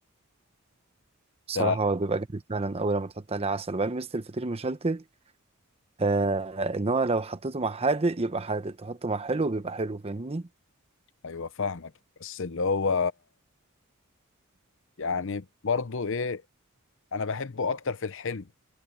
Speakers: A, on the right; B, on the left.
A: بصراحة
B: ده
A: هو بيبقى جامد فعلا أول لما تحط عليه عسل وبعدين ميزة الفطير مشلتت آه إن هو لو حطيته مع حادق يبقى حادق تحطه مع حلو بيبقى حلو فاهمني
B: ايوه فاهمك بس اللي هو يعني برضه ايه انا بحبه اكتر في الحلو